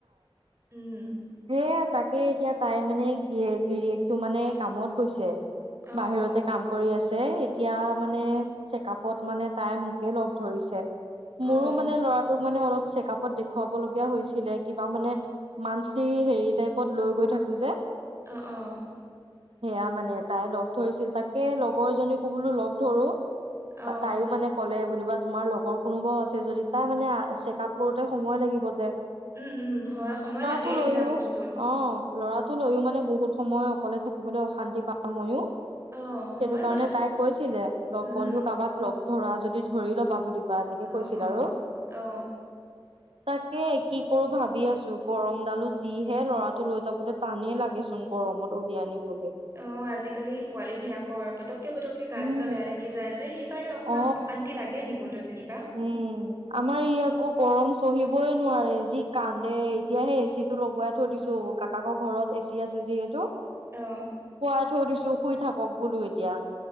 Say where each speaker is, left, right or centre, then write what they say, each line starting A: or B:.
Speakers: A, on the right; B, on the right.
A: উম।
B: হেইয়া তাকে এতিয়া তাইৰ মানে গিৰীয়েক টো কামত গৈছে
A: অ
B: বাহিৰতে
A: অ
B: কাম কৰি আছে, এতিয়া মানে চেকআপত মানে তাই মোকে লগ ধৰিছে। মোৰো
A: অ
B: মানে ল'ৰাটোক মানে অলপ চেকআপত দেখুৱাবলগীয়া হৈছিলে। কিবা মানে মান লি হেৰি টাইপত লৈ গৈ থাকো যে।
A: অঁ, অঁ।
B: সেইয়া মানে তাই লগ ধৰিছিল, তাকে লগৰ জনী কো বোলো লগ ধৰো।
A: অ
B: বা তাইও মানে- ক'লে বুলিবা তোমাৰ লগৰ কোনোবাও আছে যদি তাইৰ মানে চেক আপ কৰোতে সময় লাগিব যে।
A: উম, উম, হয় সময় লাগে।
B: টো
A: এইবিলাক
B: লৈয়ো,
A: বস্তুত
B: অ' ল'ৰাটো টো লৈও মানে বহুত সময় অকলে থাকিবলৈ অশান্তি পাওঁ ময়ো।
A: অ হয়
B: সেইটো কাৰণে
A: কথাটো
B: তাই কৈছিলে, লগ
A: উম
B: বন্ধু কাৰোবাক লগ ধৰা যদি ধৰি ল'বা বুলি। বা এনেকে
A: অ
B: কৈছিল
A: অ
B: আৰু,
A: অ
B: তাকে কি কৰো ভাবি আছো। গৰম ডালো যিহে ল'ৰাটো লৈ যাবতে টানেই লাগেচোন গৰমত উলিয় আনিবলৈ।
A: অ' আজিকালি পোৱালী বিলাকৰ পতককে পতককে গা
B: উম
A: চাহ বেয়া লাগি যায় যে, সেই কাৰণে অকমান
B: অ
A: অশান্তি লাগে। এই নিবলৈ যেনিবা।
B: উম আমাৰ ই আকৌ গৰম সহিবই নোৱাৰে যি কান্দে। এতিয়া হেই এ চি টো লগোৱাই থৈ দিছোঁ। কাকাকৰ ঘৰত এ চি আছে যিহেতু।
A: অঁ
B: শুৱাই থৈ দিছো শুই থাকক বোলো এতিয়া।